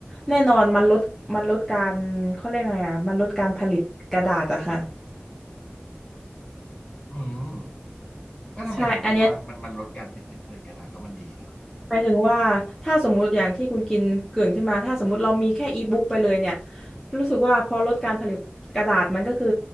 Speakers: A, in the centre; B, on the left (about 20°).
A: แน่นอนมันลดมันลดการเขาเรียกไงอ่ะมันลดการผลิตกระดาษอะค่ะ
B: อืมแล้วทำไมถึงคิดว่ามันมันลดการผลิตผลิตกระดาษแล้วมันดีเหรอครับ
A: ใช่อันเนี้ย หมายถึงว่าถ้าสมมุติอย่างที่คุณกินเกริ่นขึ้นมาถ้าสมมุติเรามีแค่อีบุ๊กไปเลยเนี่ยรู้สึกว่าพอลดการผลิตกระดาษมันก็คือ